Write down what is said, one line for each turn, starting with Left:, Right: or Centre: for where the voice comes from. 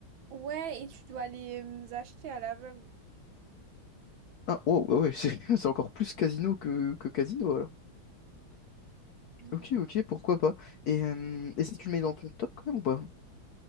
Right: Ouais, et tu dois les euh, acheter à l'aveugle.
Left: Ah, wow, ouais, ouais, c'est <laughs> c'est encore plus casino que, que casino alors.
Right: Oui.
Left: Ok, ok, pourquoi pas. Et, euh, et si tu le mets dans ton top quand même ou pas?